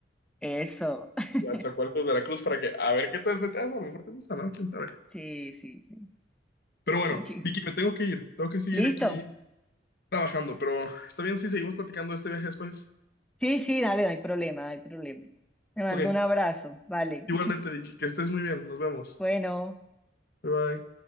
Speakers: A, in the centre; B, on the left.
A: eso. <laughs>
B: Coatzacoalcos, Veracruz, para que a ver qué tal se te hace. A lo mejor te gusta, ¿no? ¿Quién sabe?
A: Sí, sí, sí.
B: Pero bueno,
A: Sí.
B: Vicky, me tengo que ir. Tengo que seguir
A: Listo.
B: aquí trabajando, pero está bien si seguimos platicando de este viaje después.
A: Sí, sí, dale, no hay problema, no hay problema. Te mando
B: Ok,
A: un abrazo, vale.
B: igualmente,
A: <laughs>
B: Vicky, que estés muy bien. Nos vemos.
A: Bueno.
B: Bye bye.